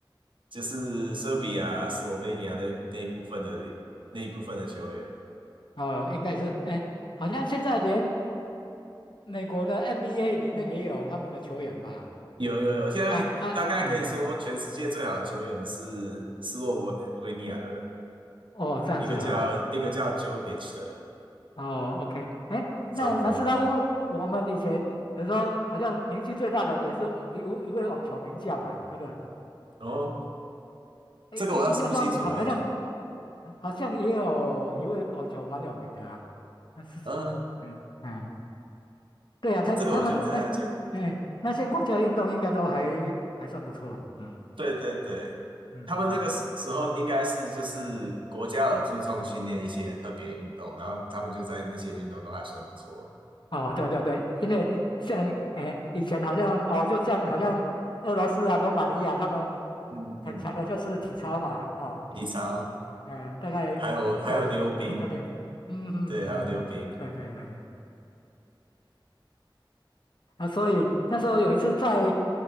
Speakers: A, on the right; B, on the left.
A: 就是塞比亚、斯洛维尼亚那那一部分的那一部分的球员，
B: 哦应该是哎，好像现在连。美国的 NBA 里面也有他们的球员吧？
A: 有有有，现在大概可以说全世界最好的球员是斯洛文维尼亚的人
B: 啊啊，嗯，哦，这样子啊，
A: 一个叫一个叫 Jokic 的。
B: 哦，OK，哎，
A: 中锋。
B: 那南斯拉夫，我们以前比如说好像名气最大的也是哦一一位网球名将嘛，对不对？
A: 哦，
B: 哎，
A: 这个我倒是不清楚哎。
B: 印印象中好好像好像也有一位网球蛮有名的啊，那是，
A: 嗯，
B: 嗯嗯，对啊，他他们那些，
A: 这个我就不太了解。
B: 哎，那些国家运动应该都还还算不错，嗯
A: 对对对，
B: 嗯嗯
A: 他们那个时时候应该是就是国家有注重训练一些特别运动，然后他们就在那些运动都还算不错。
B: 哦，对啊对啊对，因为像哎，以前好像哦，就像好像俄罗斯啊、罗马尼亚他们
A: 嗯嗯，
B: 很强的就是体操嘛，哦，
A: 体操，
B: 嗯、大概会有一些特特点，
A: 还有还有溜冰，
B: 嗯嗯嗯嗯，
A: 对，还有溜冰。
B: 对对对对，啊，所以那时候有一次在